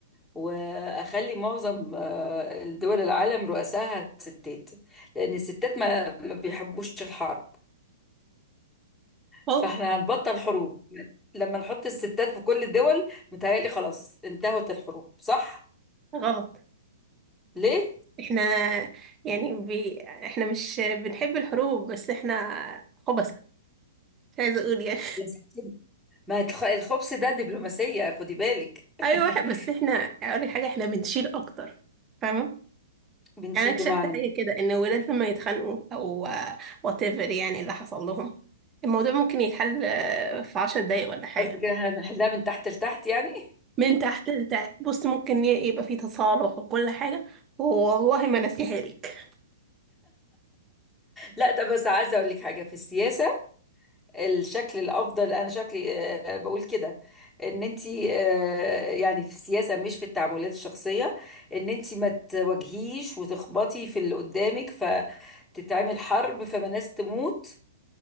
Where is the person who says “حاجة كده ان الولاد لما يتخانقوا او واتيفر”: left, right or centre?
Right